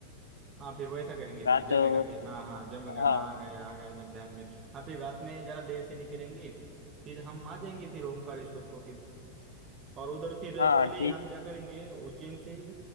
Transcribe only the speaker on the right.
हाँ फिर वैसा करेंगे
फिर जमेगा
फिर हाँ हाँ जमेगा
आ गया आ गया मेरे ध्यान में हाँ फिर रात में जरा देर से निकलेंगे फिर हम आ जाएंगे फिर ओमकारेश्वर को फिर और उधर फिर
पहले
ही हम
क्या करेंगे उज्जैन से ही